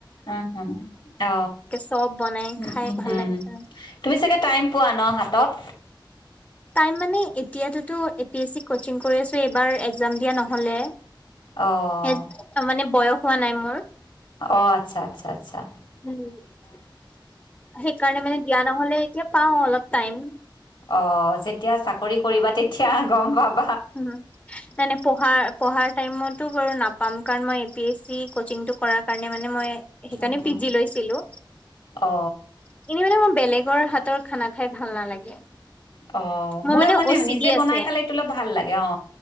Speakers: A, on the left; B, on the left.
A: অ হ অ
B: চব বনাই
A: উম
B: খাই ভাল
A: হম
B: লাগে খাই।
A: তুমি চাগে টাইম পোৱা ন হাত তাত
B: টাইম মানে এতিয়াতো তো A P A C coaching কৰি আছো, এবাৰ তো একজাম দিয়া নহলে
A: অ
B: এ মানে বয়স হোৱা নাই মোৰ
A: অ আচ্ছা আচ্ছা আচ্ছা
B: উম সেইকাৰণে মানে দিয়া নহলে এতিয়া পাও অলপ টাইম
A: অ যেতিয়া চাকৰি কৰিবা তেতিয়া গম পাব
B: উম মানে পঢ়া পঢ়াৰ টাইমত টো বাৰু নাপাম কাৰণ মই এ পি এছ চি কোচিংটো কৰা কাৰনে মানে মই সেইকাৰনে
A: উম, হুম।
B: পি জি লৈছিলো। কিন্তু
A: অ
B: মানে মই বেলেগ ঘৰ হাতৰ খানা খাই ভাল নালাগে
A: অ
B: মোৰ
A: মইো মানে
B: অ চি
A: নিজে
B: ডি
A: বনাই
B: আছে।
A: খালেতো অলপ ভাল লাগে অ